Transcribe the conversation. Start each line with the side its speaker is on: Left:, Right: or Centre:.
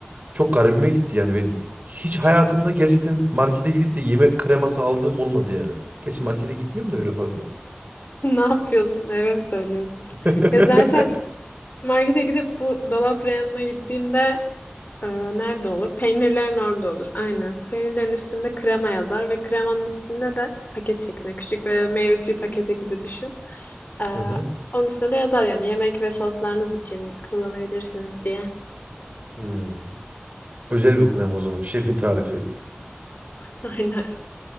Right: Çok garibime gitti yani ben hiç hayatımda gerçekten markete gidip de yemek kreması aldığım olmadı yani. Gerçi markete gitmiyorum da öyle fazla.
Left: Ne yapıyorsun? Eve mi söylüyorsun?
Right: <laughs>
Left: Ya zaten markete gidip bu dolap reyonuna gittiğinde Ee, nerede olur? Peynirlerin orada olur. Aynen. Peynirlerin üstünde krema yazar ve kremanın üstünde de paket şeklinde küçük ve meyve suyu paketi gibi düşün. Ee,
Right: Hı hı.
Left: onun üstünde de yazar yani yemek ve soslarınız için kullanabilirsiniz diye.
Right: Hmm. Özel bir krema o zaman. Şefin tarifi.
Left: <laughs> Aynen.